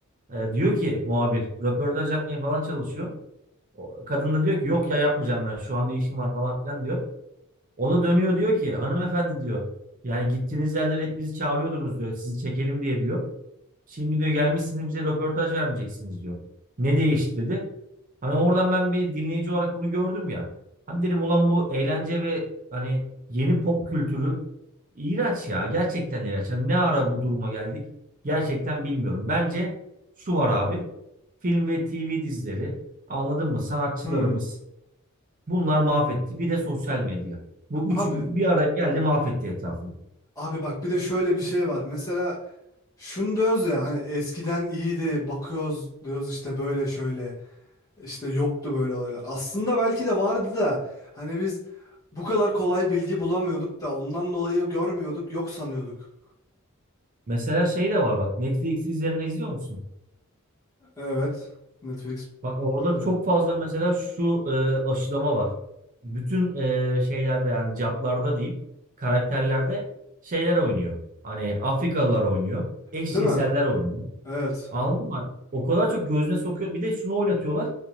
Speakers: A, on the right; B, on the left.
A: E, diyor ki muhabir röportaj yapmaya falan çalışıyor. O, kadın da diyor ki yok ya yapmayacağım ben şu anda işim var falan filan diyor. O da dönüyor diyor ki hanımefendi diyor. Yani gittiğiniz yerlere hep bizi çağırıyordunuz diyor. Sizi çekelim diye diyor. Şimdi diyor gelmişsiniz bize röportaj vermeyeceksiniz diyor. Ne değişti dedi. Hani oradan ben bir dinleyici olarak bunu gördüm ya. Hani dedim ulan bu eğlence ve hani yeni pop kültürü iğrenç ya. Gerçekten iğrenç. Hani ne ara bu duruma geldik? Gerçekten bilmiyorum. Bence şu var abi. Film ve TV dizileri anladın mı? Sanatçılarımız
B: Hı.
A: Bunlar mahvetti. Bir de sosyal medya. Bu üçü
B: Abi
A: bir araya geldi mahvetti etrafı.
B: Abi bak bir de şöyle bir şey var. Mesela şunu diyoruz ya hani eskiden iyiydi bakıyoruz diyoruz işte böyle şöyle işte yoktu böyle olaylar. Aslında belki de vardı da hani biz bu kadar kolay bilgi bulamıyorduk da ondan dolayı görmüyorduk yok sanıyorduk.
A: Mesela şey de var bak Netflix üzerinden izliyor musun?
B: Evet Netflix
A: Bak orada
B: kullanıyoruz ya.
A: çok fazla mesela şu e, aşılama var. Bütün e, şeylerde yani caplarda diyeyim karakterlerde şeyler oynuyor. Hani Afrikalılar oynuyor. Eşcinseller
B: Değil mi?
A: oynuyor.
B: Evet.
A: Anladın mı? O kadar çok gözüne sokuyor. Bir de şunu oynatıyorlar.